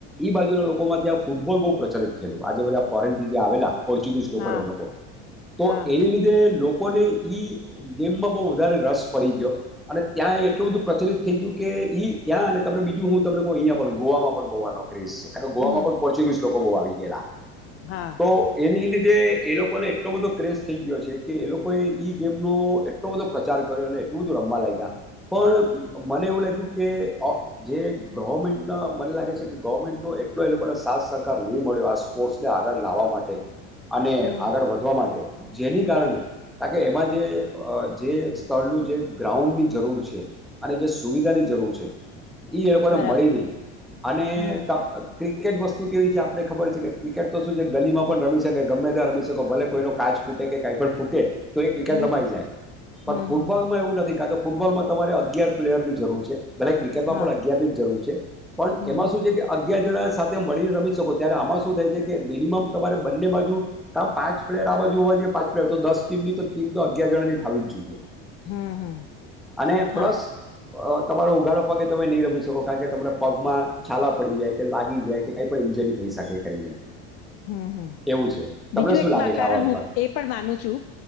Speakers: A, in the centre; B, on the left.
A: એ બાજુના લોકોમાં ત્યાં ફૂટબોલ મા પ્રચલિત થયેલું આજે બધા ફોરેનથી જે આવેલા. પોર્ચુગીઝ લોકો
B: હા,
A: ને એ લોકો તો
B: હા,
A: એની લીધે લો કોને ઈ ગેમમાં બહુ વધારે રસ પડી ગયો. અને ત્યાં એટલું
B: હા,
A: બધું પ્રચલિત થઈ ગયું. કે ઈ ત્યાં અને તમને બીજું હું તમને કહ અહીંયા પણ ગોવામાં પણ બોવાનો. રેસે અને ગોવામાં
B: હમ,
A: પણ પોર્ચ્યુગીસ લોક કો બો આવી ગેલા.
B: હા,
A: તો એની એ લી. તેં એ લોકોને એટલો બધો ક્રેસ થઈ ગયો છે કે એ લોકોએ ઈ ગેમનોો એટલો બધો પ્રચાર કર્યો અને એટલું રમવા લાયગા પણ મને એવું લાગ્યું કે અ જે ગવર્મેન્ટ મને લાગે છે કે ગવર્મેન્ટ નું એટલો એ લોકોને સાથ સહકાર નહીં મળ્યો આ સ્પોર્ટસને આગળ લાવવા માટે. અને
B: હમ,
A: આગળ વધવા માટે. જેની કારણે કાર કે એમાં જે જે સ્થળનું જે ગ્રાઉન્ડની જરૂર છે અને જે સુવિધાની જરૂર છે. ઈ એ લોકો
B: બરાબર,
A: ને મળી લઈ અને
B: હમ,
A: ત કેટ વસ્તુ કેવી છે આપને ખબર છે કે ક્રિકેટ તો શું છે ગલીમાં પણ રમી શકે ગમે ત્યાં રમી શકો ભલે કોઈનો કાચ ફૂટે કે કઈ પણ ફૂટે. તો એ ક્રિકેટ
B: હમ,
A: રમાઈ જાય પણ
B: હમ,
A: ફૂટબોલમાં
B: હમ,
A: એવું ન કારણ કે ફૂટબોલમાં તમારે અગિયાર પ્લેયર ની જરૂર છે. મને ક્રિકેટમાં
B: હા,
A: પણ અગિયારની જરૂર છે પણ
B: હમ,
A: એમાં શું છે કે અગિયાર જણા સાથે મળીને રમી શકો ત્યારે આમાં શું થાય છે કે મિનિમમ તમારે બંને બાજુ તો પાચ પ્લેયર આ બાજુ હોવા જોઈએ પાંચ પ્લેયર તો દસ ટીમ ની તો ટીમ તો અગિયાર જણાની થવી જ જોઈએ
B: હમ હમ
A: અને
B: હા
A: પ્લસ તમારો ઉઘાડો પગ એ તમે નહીં રમી શકો કારણ કે તમારા પગમાં છાલા પડી જાય કે લાગી જાય કે કઈ પણ ઈન્જરી થઈ શકે કરીને
B: હમ હમ
A: એવું છે
B: બીજું
A: તમને શું
B: એક
A: લાગે છે
B: કારણ
A: આ બાબતમાં
B: હું એ પણ માનું છું